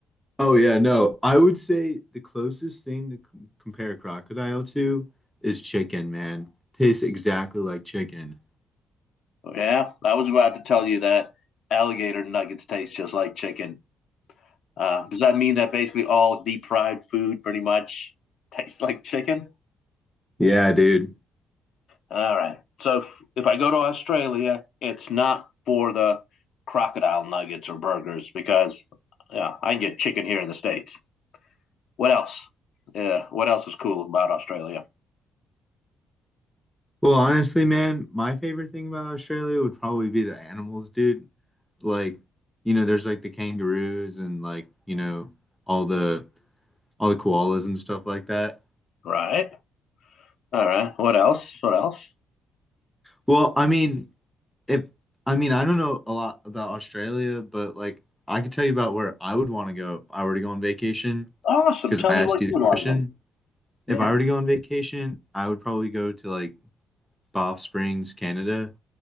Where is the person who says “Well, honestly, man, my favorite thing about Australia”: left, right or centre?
Centre